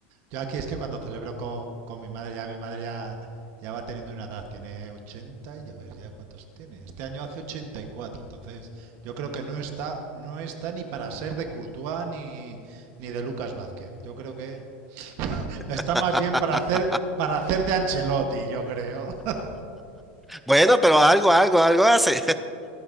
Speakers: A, on the right; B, in the centre.
A: Yo aquí es que cuando celebro co- con, mi madre, ya mi madre ya, ya va teniendo una edad, tiene 80 y a ver ya cuántos tiene. Este año hace ochenta y cuatro entonces yo creo que no está, no está ni para ser de Courtois ni, ni de Lucas Vázquez. Yo creo que está
B: <laughs>
A: más bien para hacer, para hacer de Ancelotti, yo creo. <laughs>
B: Bueno, pero algo, algo, algo hace.